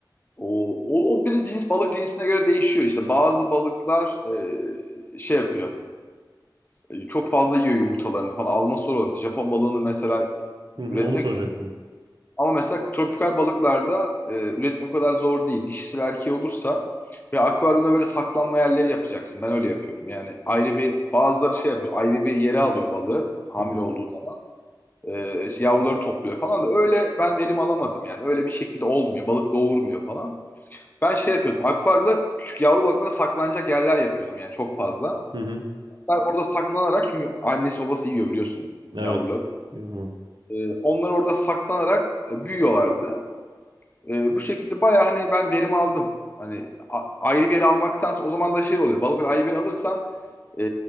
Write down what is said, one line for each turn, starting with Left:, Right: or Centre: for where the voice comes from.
Left: O, o, o bir cins balık cinsine göre değişiyor işte. Bazı balıklar e, şey yapıyor. e, Çok fazla yiyor yumurtalarını falan. Alma sorunu. Japon balığını mesela
Right: Hı hı,
Left: üretmek
Right: onu soracaktım.
Left: Ama mesela tropikal balıklarda e, üretmek o kadar zor değil. Dişisi ve erkeği olursa ve akvaryumda böyle saklanma yerleri yapacaksın. Ben öyle yapıyorum. Yani ayrı bir bazıları şey yapıyor. Ayrı bir yere alıyor balığı hamile
Right: Hı hı.
Left: olduğu zaman. e, işte yavruları topluyor falan da öyle ben verim alamadım yani. Öyle bir şekilde olmuyor. Balık doğurmuyor falan. Ben şey yapıyordum. Akvaryumda küçük yavru balıklara saklanacak yerler yapıyordum yani çok fazla.
Right: Hı hı.
Left: Onlar orada saklanarak çünkü annesi babası yiyor biliyorsun
Right: Evet.
Left: yavruları.
Right: Diyorum
Left: E, onlar orada saklanarak e, büyüyorlardı. E, bu şekilde bayağı hani ben verim aldım. Hani a- ayrı bir yere almaktansa o zaman da şey oluyor. Balıkları ayrı bir yere alırsan e,